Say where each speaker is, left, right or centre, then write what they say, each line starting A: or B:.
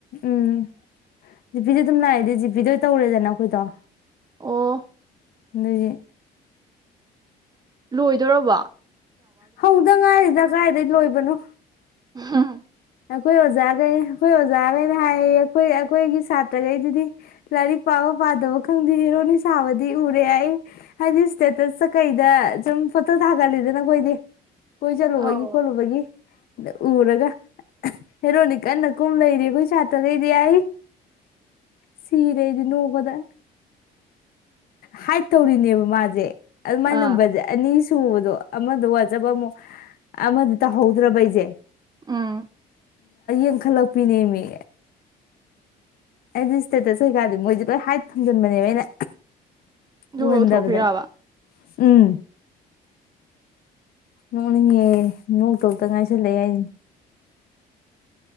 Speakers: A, on the left; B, on the right.
A: ꯎꯝ ꯖꯤꯄꯤꯗꯤ ꯑꯗꯨꯝ ꯂꯥꯛꯑꯦꯗꯤ ꯖꯤꯄꯤꯗ ꯇꯧꯔꯦꯗꯅ ꯑꯩꯈꯣꯏꯗꯣ
B: ꯑꯣ
A: ꯑꯗꯒꯤ
B: ꯂꯣꯏꯗꯣꯏꯔꯕ
A: ꯍꯗꯪꯔꯗ ꯀ ꯀꯥꯏꯗꯒꯤꯩ ꯂꯣꯏꯕꯅꯣ
B: ꯍꯥꯥ
A: ꯑꯩꯈꯣꯏ ꯑꯣꯖꯥꯈꯩ ꯑꯩꯈꯣꯏ ꯑꯣꯖꯥꯈꯩꯅ ꯍꯥꯏꯌꯦ ꯑꯩꯈꯣꯏ ꯑꯩꯈꯣꯏꯒꯤ ꯁꯥꯇ꯭ꯔꯈꯩꯗꯨꯗꯤ ꯂꯥꯏꯔꯤꯛ ꯄꯥꯕ ꯄꯥꯗꯕ ꯈꯪꯗꯦ ꯍꯦꯔꯣꯅꯤ ꯁꯥꯕꯗꯤ ꯎꯔꯦ ꯑꯩ ꯍꯥꯏꯗꯤ ꯏꯁꯇꯦꯇꯁꯇ ꯀꯩꯗ ꯁꯨꯝ ꯐꯣꯇꯣ ꯊꯥꯒꯠꯂꯤꯗꯅ ꯑꯩꯈꯣꯏꯗꯤ ꯀꯣꯏ ꯆꯂꯨꯕꯒꯤ
B: ꯑꯧ
A: ꯀꯣꯜꯂꯕꯒꯤ ꯎꯔꯒ ꯍꯦꯔꯣꯅꯤ ꯀꯟꯅ ꯀꯨꯝ ꯂꯩꯔꯤ ꯑꯩꯈꯣꯏ ꯆꯥꯠꯇꯗ ꯏꯗꯤꯏ ꯁꯤꯔꯦꯗꯤ ꯅꯣꯡꯧꯕꯗ ꯍꯥꯏꯠ ꯇꯧꯔꯤꯅꯦꯕ ꯃꯥꯁꯦ ꯑꯗꯨꯃꯥꯏ
B: ꯑꯥ
A: ꯅꯝꯕꯔꯁꯦ ꯑꯅꯤ ꯁꯨꯕꯗꯣ ꯑꯃꯗ ꯋꯥꯖꯕ ꯑꯃꯨꯛ ꯑꯃꯗꯤꯗ ꯇꯧꯍꯧꯗ꯭ꯔꯕ ꯑꯩꯁꯦ
B: ꯎꯝ
A: ꯑꯡꯈꯜꯂꯛ ꯄꯤꯅꯦꯃꯤ ꯑꯩꯗꯤ ꯏꯁꯇꯦꯇꯁ ꯑꯣꯏꯀꯔꯗ ꯃꯣꯏꯁꯦ ꯂꯣꯏ ꯍꯥꯏ ꯊꯝꯖꯤꯟꯕꯅꯦꯕ ꯑꯩꯅ
B: ꯑꯗꯨꯒ
A: ꯎ ꯍꯗꯕꯗ
B: ꯎꯊꯣꯛꯈ꯭ꯔꯤꯔꯕ
A: ꯎꯝ ꯅꯣꯡꯅꯤꯍꯦ ꯅꯣꯡꯇꯇ ꯉꯥꯏꯁꯜꯂꯛꯑꯦ ꯍꯥꯏꯅꯦ